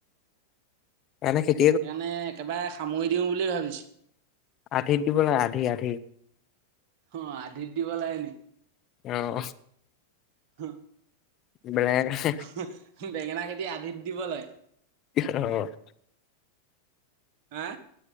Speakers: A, on the left (about 30°); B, on the right (about 45°).
A: এনে খেতি
B: সেইকাৰণে একেবাৰে সামৰি দিওঁ বুলি ভাবিছোঁ।
A: আধিক দিব লাগে আধি আধি।
B: অ আধিত দিব লাগে নি
A: অ।
B: হ
A: <inaudible>
B: হেহ বেঙেনা খেতি আধিত দিব লয়।
A: অ
B: হা?